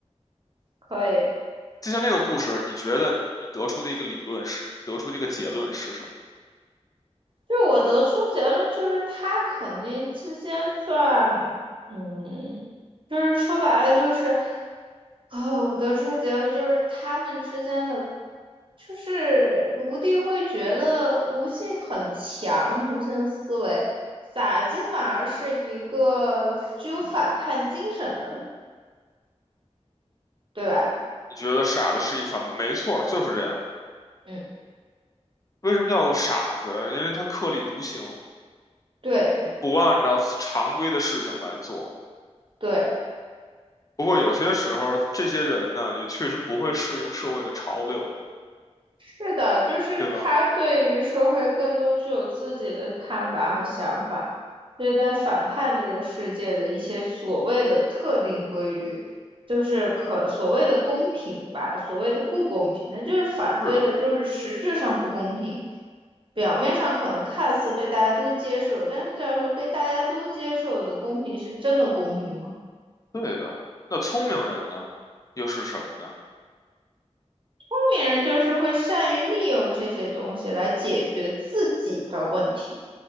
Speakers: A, on the right (about 50°); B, on the left (about 30°).
A: 可以。
B: 就像这个故事，你觉得你得出的一个理论是，得出的一个结论是什么？
A: 就是我得出结论，就是他肯定之间算，嗯，就是说白了就是，呃，我得出结论就是他们之间的，就是卢棣会觉得卢性很强，卢性思维，傻子反而是一个具有反叛精神的人，对吧？
B: 你觉得傻子是一个反面，没错，就是这样。
A: 嗯，
B: 为什么叫做傻子呀？因为他特立独行，
A: 对
B: 不按照常规的事情来做。
A: 对。
B: 不过有些时候，这些人呢，也确实不会适应社会的潮流，
A: 是的，就是他对于社会更多具有自己的看法和想法，
B: 对吧？
A: 所以他反叛这个世界的一些所谓的特定规律，就是可所谓的公平吧，所谓的不公平，那就是反对的，
B: 是的，
A: 就是实质上不公平，表面上可能看似被大家都接受，但是这样说被大家都接受的公平是真的公平吗？
B: 对的。那聪明人呢，又是什么呢？
A: 聪明人就是会善于利用这些东西来解决自己的问题。